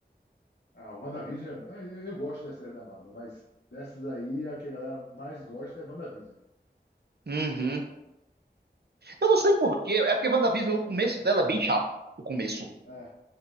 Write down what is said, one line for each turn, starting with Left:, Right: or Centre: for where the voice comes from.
Left: Ah, o WandaVision, é, é, eu, eu gosto da série da Marvel, mas dessas aí, a que a galera mais gosta é WandaVision.
Right: Uhum. Eu não sei por quê. É porque WandaVision, o começo dela é bem chato. O começo.
Left: É,